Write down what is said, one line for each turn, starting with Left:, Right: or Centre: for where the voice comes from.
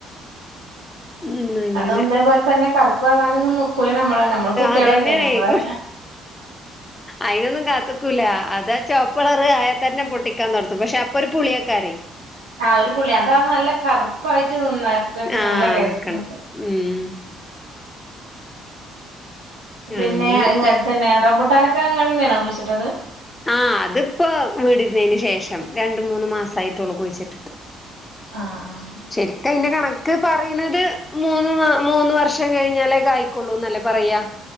Left: ഉം അങ്ങനെ
Right: അതും ഇതേപോലെ തന്നെ കറുപ്പ്കാണാനൊന്നും ന്ക്കൂലേ നമ്മള നമ്മെ കുട്ടികളല്ലേ
Left: അതന്നെയാണ്
Right: നമ്മള്
Left: അയിനൊന്നും കാത്തിക്കൂല അതാ ചുവപ്പളറ് ആയാ തന്നെ പൊട്ടിക്ക നടത്തു പക്ഷെ അപ്പൊ ഒരു പുളിയക്കാരെ
Right: ആഹ് ഒരു പുളി അതാ നല്ല കറുപ്പായിട്ട്ന്ന നേർത്തിട്ട്
Left: ആഹ്
Right: നല്ല ടേസ്റ്റ്
Left: നിക്കണം ഉം
Right: പിന്നെ
Left: അങ്ങനെ
Right: ഇ തന്നെ ഏ റംബൂട്ടാനൊക്കെ ങ്ങൾ തന്നെയാ കുഴിച്ചിട്ടത്?
Left: ആഹ് അതിപ്പോ വീടിരുന്നതിന് ശേഷം രണ്ട് മൂന്ന് മാസായിട്ടുള്ളൂ കുഴിച്ചിട്ടിട്ട്
Right: ആഹ് ആ
Left: ശരിക്ക അയിന്റെ കണക്ക് പറയ യണത് മൂന്ന് മൂന്ന് വർഷം കഴിഞ്ഞാലേ കായിക്കൊള്ളൂ എന്നല്ലേ പറയാ